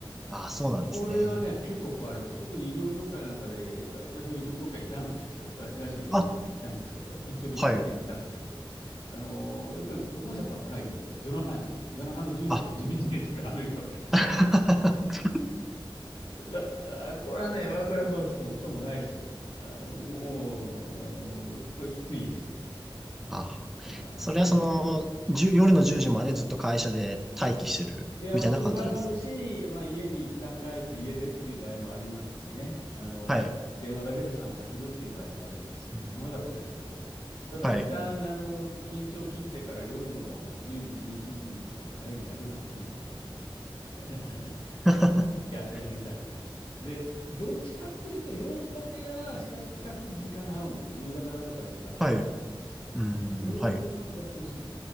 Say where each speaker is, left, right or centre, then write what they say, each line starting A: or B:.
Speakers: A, in the centre; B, on the left.
A: あ、そうなんですね。
B: これはね、結構壊れます。特に医療業界なんかで、私も医療業界にいたんですけど、外、外資の医療業界にいたんですけど、
A: あ、
B: 一時だけね、
A: はい。
B: いたんですけど、あの、やっぱり本社との会議っていうのは夜中になんですよ。夜中の10時とか11時とかアメリカの会議。
A: あ、<laughs>
B: だ、だ、これはね、ワークライフバランスもクソもないですよ。あの、もう、あの、これきついですよね。うん、
A: はは。
B: あー、
A: それはその、じゅ、夜の10時までずっと会社で待機してるみたいな感じなんです。
B: いや、もうそういう場合もあるし、まあ、家に一旦帰って家でっていう場合もありますしね。あの、
A: はい。
B: 電話だけで参加するっていう場合もありますし、
A: うん、
B: 様々ですけど、ただ一旦、
A: はい。
B: あの、緊張切ってから夜の10時、11時にその会議やるなんていうのはもう <laughs>
A: <laughs>
B: や、やりたくない。で、どっちかっていうと、ヨーロッパ系は比較、比較的時間が合うんですよ。夕方だとか時間がちょっとあったりとかするんで、
A: はい。うん、
B: ヨーロッパ系の方が少し、
A: はい。<laughs>